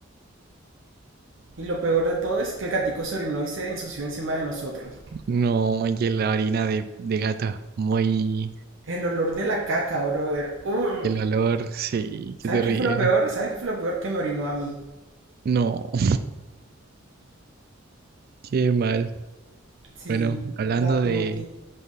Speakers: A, on the right; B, on the right.
A: Y lo peor de todo es que el gatico se orinó y se ensució encima de nosotros.
B: No, y que la orina de, de gato muy...
A: El olor de la caca, brother. ¡Uh!
B: El olor, sí,
A: ¿Sabes
B: qué terrible.
A: qué fue lo peor? ¿Sabes qué fue lo peor? Que me orinó a mí.
B: No, <laughs> qué mal.
A: Sí,
B: Bueno, hablando
A: la tuti.
B: de,